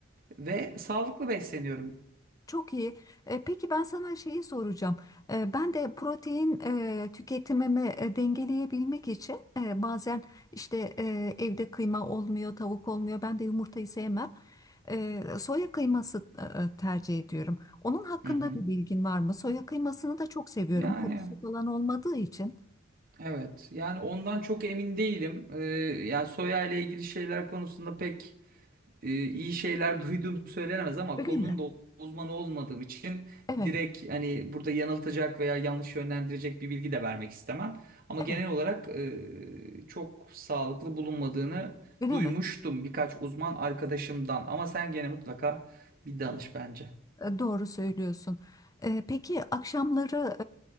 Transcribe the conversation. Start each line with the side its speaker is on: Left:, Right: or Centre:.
Right: ve sağlıklı besleniyorum.
Left: Çok iyi. E, peki ben sana şeyi soracağım. E, ben de protein e, tüketimimi e, dengeleyebilmek için e, bazen işte e, evde kıyma olmuyor, tavuk olmuyor. Ben de yumurtayı sevmem. E, soya kıyması e, e, tercih ediyorum. Onun hakkında
Right: Hı hı.
Left: bir bilgin var mı? Soya kıymasını da çok seviyorum.
Right: Yani
Left: Kokusu falan olmadığı için.
Right: evet yani ondan çok emin değilim. Ee, yani soya ile ilgili şeyler konusunda pek e, iyi şeyler duyduğum söylenemez ama
Left: Öyle
Right: konunun
Left: mi?
Right: da uzmanı olmadığım için
Left: Evet,
Right: direkt hani burada yanıltacak veya yanlış yönlendirecek bir bilgi de vermek istemem. Ama
Left: evet.
Right: genel olarak e, çok sağlıklı bulunmadığını
Left: Öyle
Right: duymuştum
Left: mi?
Right: birkaç uzman arkadaşımdan. Ama sen gene mutlaka bir danış bence.
Left: E, Doğru söylüyorsun. E, peki akşamları